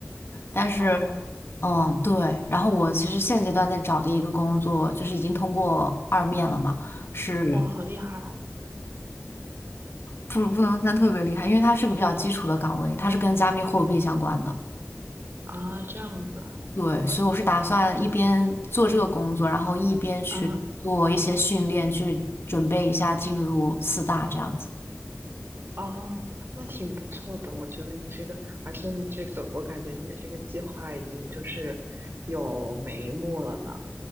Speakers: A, on the left; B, on the right.
A: 但是，
B: 哦，
A: 嗯，对。然后我其实现阶段在找的一个工作，就是已经通过二面了嘛，是
B: 哇，好厉害
A: 不不能算特别厉害，因为它是个比较基础的岗位，它是跟加密货币相关的。
B: 啊！这样子
A: 对，所以我是打算一边做这个工作，然后一边去做一些训练，
B: 啊，
A: 去准备一下进入四大这样子。
B: 哦，那挺不错的，我觉得你这个，而且你这个，我感觉你的这个计划已经就是有眉目了呢。